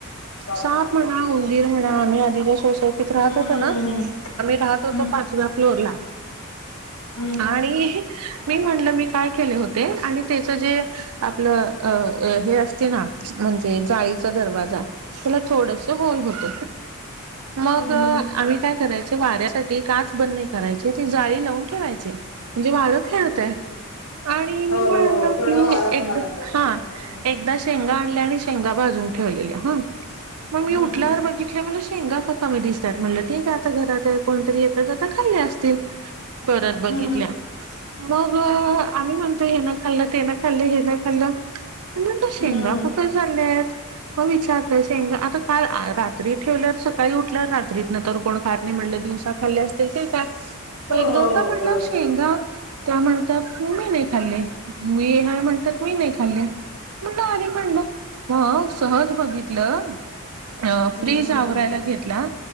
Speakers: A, on the left; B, on the right.
A: बापरे!
B: साप म्हणा,
A: हो.
B: उंदीर म्हणा आम्ही आधीच्या सोसायटीत राहत
A: हं,
B: होता ना
A: हं,
B: आम्ही राह त होत्या
A: हं, हं.
B: पाचवा फ्लोर ला
A: हं, हं.
B: आणि मी म्हणलं मी काय केले होते आणि त्याच जे आपलं अ हे असते ना म्हणजे जाळीचा दरवाजा त्याला थोडस होल होत मग
A: हं, हं, हं. हं,
B: आम्ही
A: हं.
B: काय करायच वाऱ्यासाठी ते काच बंद नाही करायचे तेी जाळी लावून ठेवायचे म्हणजे वाळ खेळतय
A: हं, हं, हं. हं, हं, हं.
B: आणि मी
A: हो,
B: म्हणलं
A: हो, हो.
B: म
A: थोडा
B: की
A: वारा पण
B: एकदा
A: आला पाहिजे.
B: हा
A: हं.
B: एकदाच शेंगा आणल्या आणि शेंगा भाजून ठेवलेले हा म मी
A: हं,
B: उठल्यावर
A: हं.
B: बघित शेंगा का कामी दिसतात म्हटलं ठीक आहे आता घरात आहे कोणतरी येत तर आता खाल्ले असतील परत
A: हं,
B: बघितल्या
A: हं, हं.
B: मग आम्ही म्हणतोय हे ना खाल्लं ते ना खाल्लं हे ना खाल्लं मी म्हणलं शेंगा
A: हं, हं.
B: कुठं झाल्यात हो विचारतोय शेंगा आता काल रात्री ठेवल्यावर सकाळी उठल्यावर रात्रीत न तर कोण खार नाही म्हटलं दिवस आता खाल्ली असतील ते काय पण
A: हो
B: एक
A: हो
B: दोनदा म्हणलं
A: बरोबर
B: शेंगा
A: आहे.
B: त्या म्हणतात मी नाही खाल्ले मी हाय म्हणतात मी नाही खाल्ले. म्हणलं अरे म्हणलं हो सहज बघितलं. अ
A: हं
B: फ्रीज
A: हं
B: आवरायला
A: हं
B: घेतला